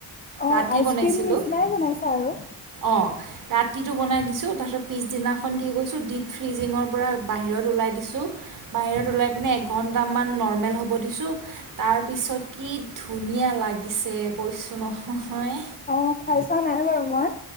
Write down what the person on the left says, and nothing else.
অ'
আইচ
ক্ৰীম নিচিনাই বনাইছা আৰু
অ' খাই চোৱা নাই বাৰু মই